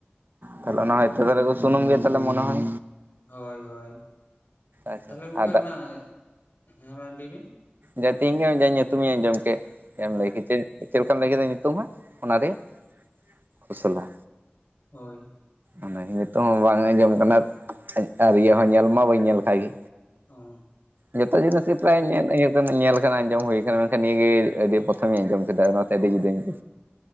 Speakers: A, on the right (about 55°); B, on the left (about 60°).
A: ᱛᱟᱦᱚᱞᱮ ᱚᱱᱟ ᱦᱚᱭᱛᱚ ᱛᱟᱦᱞᱮ ᱠᱚ ᱥᱩᱱᱩᱢ ᱜᱮᱭᱟ ᱛᱟᱦᱮᱞᱮ ᱢᱚᱱᱮ ᱦᱚᱭ᱾
B: ᱦᱳᱭ ᱦᱳᱭ
A: ᱟᱪᱪᱷᱟ
B: ᱛᱟᱦᱚᱞᱮ ᱜᱚᱢᱠᱮ
A: ᱟᱨ ᱫᱟᱜ
B: ᱚᱱᱟ ᱦᱮᱸ ᱢᱟ ᱞᱟᱹᱭ ᱵᱤᱱ᱾
A: ᱡᱟ ᱛᱮᱦᱮᱧ ᱜᱮ ᱡᱟ ᱧᱩᱛᱩᱢᱤᱧ ᱟᱸᱡᱚᱢ ᱠᱮᱜ᱾ ᱪᱮᱜ ᱮᱢ ᱞᱟᱹᱭ ᱠᱮᱫ ᱪᱮ ᱪᱮᱫ ᱞᱮᱠᱟᱢ ᱞᱟᱹᱭ ᱠᱮᱫᱟ ᱧᱩᱛᱩᱢ ᱦᱟᱜ ᱚᱱᱟ ᱨᱮᱭᱟᱜ ᱠᱷᱚᱥᱞᱟ᱾
B: ᱦᱳᱭ᱾
A: ᱚᱱᱟ ᱜᱮ ᱱᱤᱛᱚᱜ ᱦᱚᱸ ᱵᱟᱝ ᱟᱸᱡᱚᱢ ᱠᱟᱱᱟ ᱟᱨ ᱤᱭᱟᱹ ᱦᱚᱸ ᱧᱮᱞ ᱢᱟ ᱵᱟᱹᱧ ᱧᱮᱞ ᱠᱟᱜ ᱜᱤ᱾
B: ᱚ᱾
A: ᱡᱷᱚᱛᱚ ᱡᱤᱱᱤᱥ ᱜᱮ ᱯᱨᱟᱭ ᱧᱮᱞ ᱠᱟᱱᱟ ᱟᱸᱡᱚᱢ ᱦᱩᱭ ᱠᱟᱱᱟ ᱢᱮᱱᱠᱷᱟᱱ ᱱᱤᱭᱟᱹ ᱜᱮ ᱟᱹᱰᱤ ᱯᱨᱚᱛᱷᱚᱢᱤᱧ ᱟᱸᱡᱚᱢ ᱠᱮᱫᱟ᱾ ᱚᱱᱟᱛᱮ
B: ᱚ
A: ᱟᱹᱰᱤ ᱡᱩᱫᱟᱹᱧ
B: ᱦᱳᱭ᱾